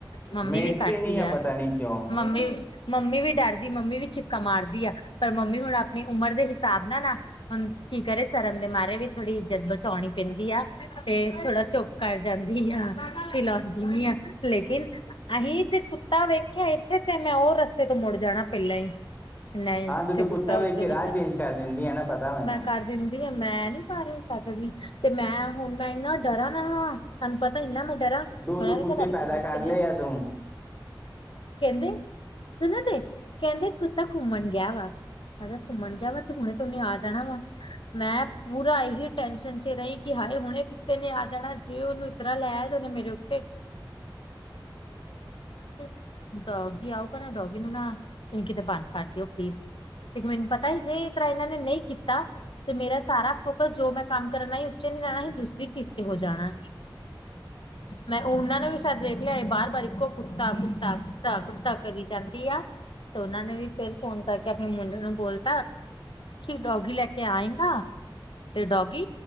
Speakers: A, on the left; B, on the left.
A: ਮੰਮੀ
B: ਮੇਰੇ
A: ਵੀ
B: ਚ
A: ਕਰਦੀ
B: ਨਹੀਂ
A: ਆ।
B: ਪਤਾ ਨਹੀਂ ਕਿਉਂ
A: ਮੰਮੀ ਮੰਮੀ ਵੀ ਡਰਦੀ, ਮੰਮੀ ਵੀ ਚਿੱਕਾ ਮਾਰਦੀ ਆਂ, ਪਰ ਮੰਮੀ ਹੁਣ ਆਪਣੀ ਉਮਰ ਦੇ ਹਿਸਾਬ ਨਾਲ ਨਾਂ ਹੁਣ ਕੀ ਕਰੇਂ, ਸਰਮ ਦੇ ਮਾਰੇਂ ਵੀ ਥੋੜ੍ਹੀ ਇੱਜ਼ਤ ਬਚਾਉਣੀ ਪੈਂਦੀ ਆ। ਤੇ ਥੋੜਾ ਚੁੱਪ ਕਰ ਜਾਂਦੀ ਆ, ਬੁਲਾਉਂਦੀ ਨੀਂ ਆ। ਲ਼ੇਕਿਨ ਅਸੀਂ ਤੇ ਕੁੱਤਾ ਵੇਖਿਆਂ ਇੱਥੇ ਤੇ ਮੈਂ ਉਹ ਰਸਤੇ ਤੋਂ ਮੁੜ ਜਾਣਾਂ ਪਹਿਲਾਂ ਹੀ। ਨਹੀਂ,
B: ਹਾਂ
A: ਜਿੱਥੇ
B: ਤੂੰ ਤੇ
A: ਕੁੱਤਾ ਉੱਧਰੋਂ
B: ਵੇਖ ਕੇ
A: ਨੀਂ
B: ਰਾਹ ਚੇਂਜ ਕਰ ਦਿੰਦੀ ਹੈ ਨਾ ਪਤਾ ਮੈਨੂੰ
A: ਮੈਂ ਕਰ ਦਿੰਦੀ ਆਂ ਮੈਂ ਨੀਂ। ਪਰ ਮੈਂ ਸਕਦੀ, ਤੇ ਮੈਂ ਹੁਣ ਮੈਂ ਇੰਨਾ ਡਰਾਂ ਨਾ, ਹਾਂ ਤੁਹਾਨੂੰ ਪਤਾਂ ਇੰਨਾਂ ਮੈਂ ਡਰਾਂ <unintelligible>
B: ਦੋ ਦੋ ਕੁੱਤੇ ਪੈਦਾ ਕਰ ਲਏ ਆ ਤੂੰ
A: ਤੇ ਕਹਿੰਦੇ, ਕੁੱਤਾ ਘੁੰਮਣ ਗਿਆਂ ਵਾ। ਮੈਂ ਕਿਹਾ, ਘੁੰਮਣ ਗਿਆਂ ਵਾ ਤੇ ਹੁਣੇ ਤ ਉਹਨੇ ਆ ਜਾਣਾਂ ਵਾ। ਮੈਂ ਪੂਰਾ ਇਹੀ ਟੈਨਸ਼ਨ ਚ ਰਹੀਂ ਕਿ ਹਾਏ ਹੁਣੇ ਕੁੱਤੇ ਨੇ ਆ ਜਾਣਾ, ਜੇ ਉਹਨੂੰ ਇਤਰਾ ਲੈ ਆਏਂ ਤੇ ਉਹਨੇ ਮੇਰੇ <inaudible> <unintelligible> ਡੋਗੀ ਆਓਗਾ ਨਾ ਡੋਗੀ ਨੂੰ ਨਾ, ਤੁਸੀਂ ਕਿਤੇ ਬੰਦ ਕਰ ਦਿਓ ਪਲੀਜ਼। ਤੇ ਮੈਨੂੰ ਪਤਾ ਹੀ, ਜੇ ਤਰ੍ਹਾਂ ਇਹਨਾਂ ਨੇ ਨਹੀਂ ਕੀਤਾ ਤੇ ਮੇਰਾ ਸਾਰਾ ਫੋਕਸ, ਜੋ ਮੈਂ ਕੰਮ ਕਰਨਾ ਆਈ ਉਥੇ ਨਹੀਂ ਜਾਣਾ ਸੀ, ਦੂਸਰੀ ਚੀਜ਼ ਚ ਹੋ ਜਾਣਾ ਸੀ।
B: <inaudible> <unintelligible>
A: ਮੈਂ ਉਹਨਾਂ ਨੂੰ ਵੀ ਸ਼ਾਇਦ ਵੇਖ ਲਿਆਂ ਬਾਰ, ਬਾਰ ਇੱਕੋ ਕੁੱਤਾ ਕੁੱਤਾ, ਕੁੱਤਾ, ਕੁੱਤਾ ਕਰੀਂ ਜਾਂਦੀ ਆ। ਤੇ ਉਹਨਾਂ ਨੇ ਵੀ ਫੇਰ ਫੋਨ ਕਰਕੇ ਆਪਣੇ ਮੁੰਡੇ ਨੂੰ ਬੋਲਤਾ ਕਿ ਡੋਗੀ ਲੈ ਕੇ ਆਏ ਗਾਂ? ਤੇ ਡੋਗੀ,